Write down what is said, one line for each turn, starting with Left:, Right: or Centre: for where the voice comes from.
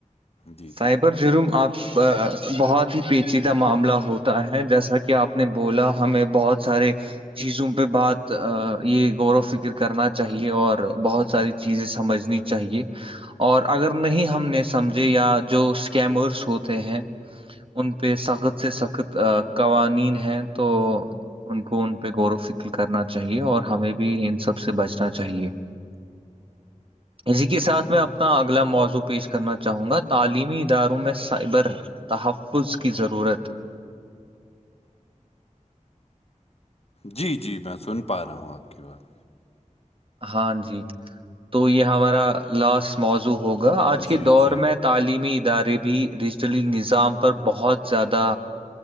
Left: جی جی
Right: رائبر جرم آپ سے بہت ہی پیچیدہ معاملہ ہوتا ہے جیسا کہ آپ نے بولا ہمیں بہت سارے جیزوں پہ بات یہ غور فکر کرنا چاہیے اور بہت ساری چیزیں سمجھنی چاہیے اور اگر نہیں ہم نے سمجھے یا جو اسکیمرس ہوتے ہیں ان پہ سخت سے سخت قوانین ہیں تو ان کو ان پہ غور و فکر کرنا چاہیے اور ہمیں بھی ان سب سے بچنا چاہیے اسی کے ساتھ
Left: ہم،
Right: میں اپنا اگلا موضوع پیش کرنا چاہوں گا تعلیمی اداروں میں سائبر تحفظ کی ضرورت
Left: جی جی میں سن پا رہا ہوں آپ کی بات
Right: ہاں جی تو یہ ہمارا لاسٹ موزوع ہوگا آج
Left: جی
Right: کے دور
Left: جی
Right: میں تعلیمی ادارے بھی ڈیجیٹلی نظام پر بہت زیادہ